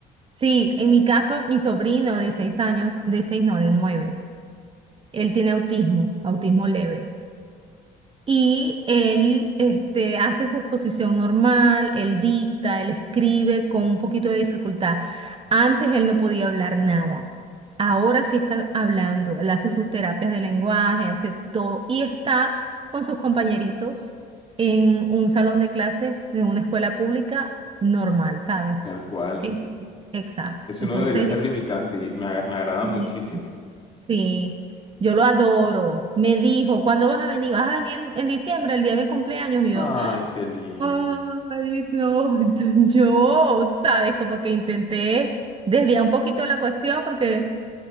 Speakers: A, on the right (about 30°); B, on the left (about 30°).
A: sí, en mi caso, mi sobrino de seis años, de seis, no, de nueve, él tiene autismo, autismo leve. Y él este, hace su posición normal, él dicta, él escribe con un poquito de dificultad. Antes él no podía hablar nada. Ahora sí está hablando. Él hace sus terapias de lenguaje, hace todo. Y está con sus compañeritos en un salón de clases, en una escuela pública normal, ¿sabes?
B: Tal cual.
A: Este, Exacto.
B: Eso
A: Entonces,
B: no debería ser limitante y me, aga- me agrada
A: sí,
B: muchísimo.
A: sí. Yo lo adoro. Me dijo, ¿cuándo vas a venir? ¿Vas a venir en, en diciembre, el día de mi cumpleaños? Y Yo,
B: Ay, qué lindo.
A: Ay, no, <laughs> yo, tú sabes, como que intenté desviar un poquito la cuestión porque